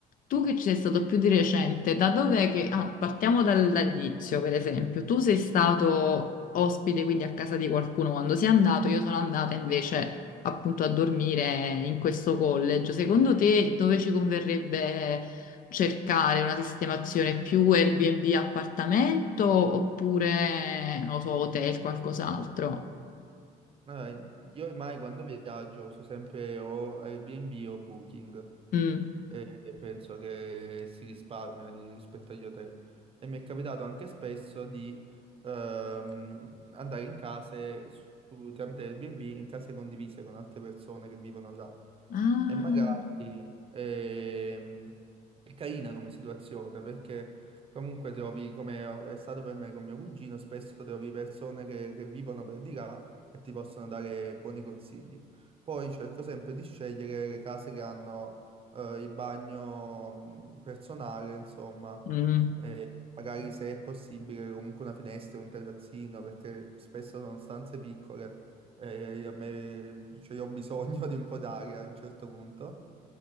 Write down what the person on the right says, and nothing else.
Mm.
Allora, io ormai quando viaggio so sempre o Airbnb o Booking
e penso che si risparmia rispetto agli hotel. E mi è capitato anche spesso di ehm, andare in case su, tramite Airbnb in case condivise con altre persone che vivono là.
E magari ehm, è carina come situazione perché comunque trovi, come è stato per me con mio cugino, spesso trovi persone che, che vivono per di là e ti possono dare buoni consigli. Poi cerco sempre di scegliere le case che hanno eh, il bagno mh, personale, insomma,
e magari se è possibile comunque una finestra, un terrazzino, perché spesso sono stanze piccole e io- a me, cioè, io ho bisogno <laughs> di un po' d'aria a un certo punto,